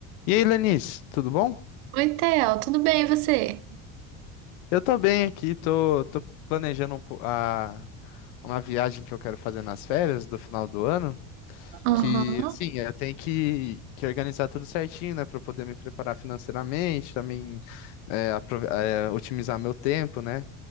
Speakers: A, on the left (about 85°); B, on the right (about 75°).
A: E aí, Lenice, tudo bom?
B: Oi, Theo, tudo bem e você?
A: Eu tô bem aqui, tô, tô planejando um po- a, uma viagem que eu quero fazer nas férias do final do ano,
B: Aham,
A: que, assim, eu tenho que, que organizar tudo certinho, né, para poder me preparar financeiramente, também é, aprove- é, otimizar meu tempo, né?